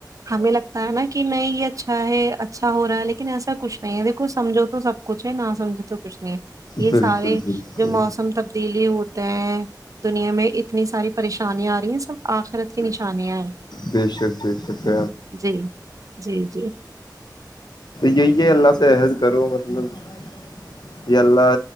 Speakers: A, on the right (about 50°); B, on the left (about 70°).
A: ہمیں لگتا ہے نا کہ نہیں یہ اچھا ہے اچھا ہو رہا ہے لیکن ایسا کچھ نہیں ہے دیکھو سمجھو تو سب کچھ ہے نہ سمجھو تو کچھ نہیں ہے یہ
B: بالکل
A: سارے
B: بالکل
A: جو موسم تک تبدیلی ہوتے ہیں دنیا میں اتنی ساری پریشانیاں آ رہی ہیں سب آخرت کی نشانیاں ہیں
B: بے شک بے شک
A: جی جی جی
B: یہی یہ اللہ سے عہد کرو مطلب یہ اللہ